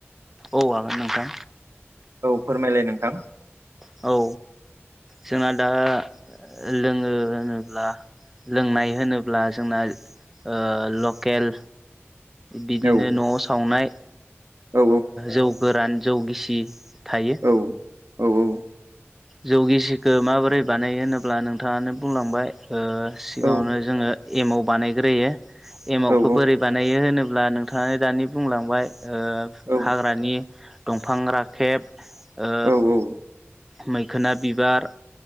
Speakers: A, in the centre; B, on the right.
A: औ हागोन नोंथां।
B: औ फोरमायलाय नोंथां।
A: औ जोंहा दा लोङो होनोब्ला। लोंनाय होनोब्ला जोंना ओ लकेल बिदिनो
B: औ
A: न'आव सावनाय
B: औ
A: जौ गोरान जौ गिसि थायो।
B: औ औ औ
A: जौ गिसिखो माबोरै बानायो होनोब्ला नोंथाङानो बुंलांबाय ओ सिगाङावनो
B: औ
A: जोङो एमाव बानायग्रोयो एमावखो
B: औ
A: बोरै बानायो होनोब्ला नोंथाङा दानि बुंलांबाय
B: औ
A: हाग्रानि दंफां राखेब ओ
B: औ औ
A: मैखोना बिबार।